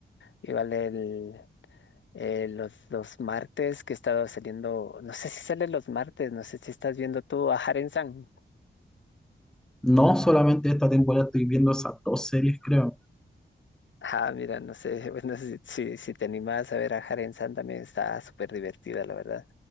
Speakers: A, on the left; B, in the centre.
A: igual el... eh, los, los martes que he estado saliendo, no sé si sale los martes, no sé si estás viendo tú a Haren-san.
B: No solamente esta temporada estoy viendo esas dos series, creo.
A: Ah, mira, no sé, <laughs> bueno, si, si, si te animas a ver a Haren San también está súper divertida, la verdad.